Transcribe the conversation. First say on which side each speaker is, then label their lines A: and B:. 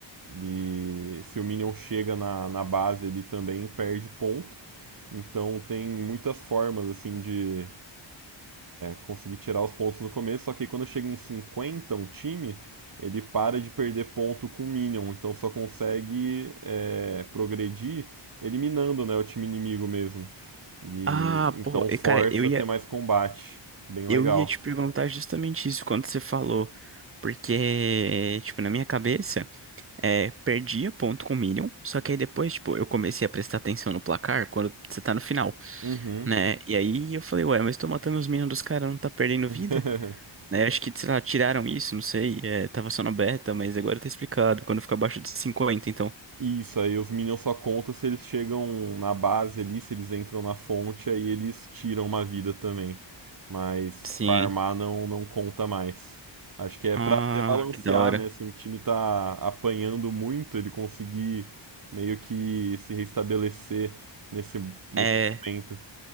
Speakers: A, on the right (about 45°); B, on the right (about 25°).
A: E se o minion chega na, na base ali também, perde ponto. Então tem muitas formas, assim, de consegui tirar os pontos no começo, só que quando chega em 50 um time, ele para de perder ponto com Minion, então só consegue é, progredir eliminando né, o time inimigo mesmo. E
B: Ah,
A: então
B: pô, e,
A: força
B: cara, eu ia,
A: a ter mais combate. Bem legal.
B: eu ia te perguntar justamente isso quando você falou. Porque, tipo, na minha cabeça, é, perdia ponto com o Minion, só que aí depois, tipo, eu comecei a prestar atenção no placar quando você tá no final,
A: Uhum.
B: né? E aí eu falei, ué, mas tô matando os Minions dos caras, não tá perdendo vida?
A: <laughs>
B: né? Acho que, sei lá, tiraram isso, não sei. É, tava só na beta, mas agora tá explicado. Quando fica abaixo de cinquenta, então.
A: Isso, aí os Minions só contam se eles chegam na base ali, se eles entram na fonte, aí eles tiram uma vida também. Mas
B: Sim.
A: farmar não, não conta mais. Acho que é
B: Ah,
A: pra até balancear,
B: que da hora.
A: né? Se um time tá apanhando muito, ele conseguir meio que se restabelecer nesse, nesse
B: É,
A: momento.